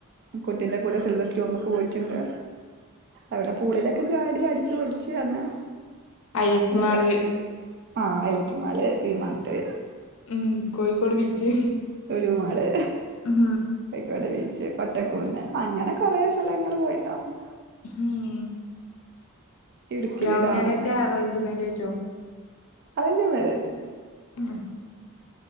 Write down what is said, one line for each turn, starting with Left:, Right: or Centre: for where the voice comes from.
Right: കുട്ടീന്റെ കൂടെ സിൽവർ സ്റ്റോമ്ക്ക് പോയിട്ടുണ്ട് അവിടെ പൂളിലൊക്കെ ചാടി അടിച്ചു പൊളിച്ചു അന്ന്
Left: ഹൈലൈറ്റ്
Right: അതൊക്കെ
Left: മാള്
Right: ആഹ് ഹൈലൈറ്റ് മാള്, ഇ-മാർട്ട്
Left: ഉം കോയിക്കോട് ബീച്ച്
Right: ലുലു മാള്
Left: ഉം
Right: ക്കോട് ബീച്ച്, കോട്ടക്കുന്ന് അങ്ങനെ കൊറെ സ്ഥലങ്ങള് പോയിണ്ടാവും.
Left: ഉം
Right: ഇടുക്കിലെ
Left: ലവ്
Right: ഡാമ്.
Left: മാരേജാ അറേഞ്ച്
Right: ഉം
Left: മാരേജോ
Right: അറേഞ്ച് മാരേജ്
Left: <unintelligible>